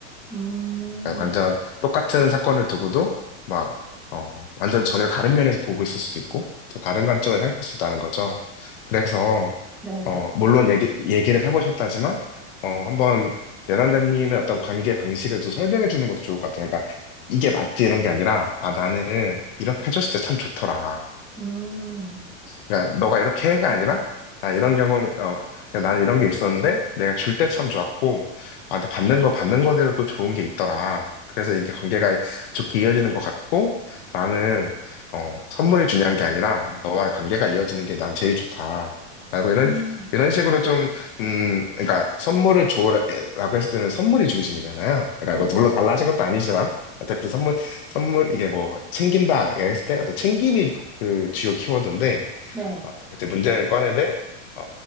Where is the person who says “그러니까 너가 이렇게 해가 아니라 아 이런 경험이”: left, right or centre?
Left